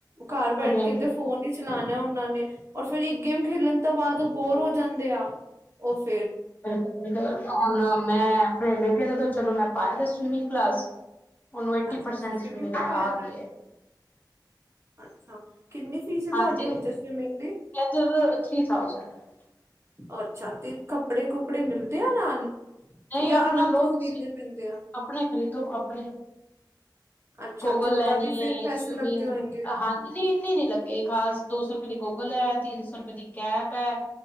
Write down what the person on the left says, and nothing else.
ਹਾਂਜੀ।
ਹੁਣ ਮੈਂ ਆਪਣੇ ਬੇਟੇ ਨੂੰ ਤਾਂ ਚਲੋ ਮੈਂ ਪਾਇਆ ਦੱਸ ਸਵੀਮਿੰਗ ਕਲਾਸ ਉਹਨੂੰ ਏਟੀ
ਪਰਸੈਂਟ ਸਵਿਮਿੰਗ
ਆ
ਗਈ ਹੈ।
ਹਾਂ
ਤੇ
ਇਧਰ ਥ੍ਰਰੀ ਥਾਊਜੈਂਡ ਹੈ।
ਨਹੀਂ
ਆਪਣਾ
ਲੋ
ਤੁਸੀਂ
ਆਪਣੇ ਖਰੀਦੋ ਆਪਣੇ
ਗੋਗਲ
ਲੈਣੀ
ਹੈ,
ਸਵੀਮਿੰਗ
ਹਾਂ ਇੰਨੀ ਨੀ ਲੱਗੀ। ਕਿ ਖਾਸ ਦੋ ਸੌ ਰੁਪਏ ਦੀ ਗੂਗਲ ਹੈ, ਤਿੰਨ ਸੌ ਰੁਪਏ ਦੀ ਕੈਪ ਹੈ,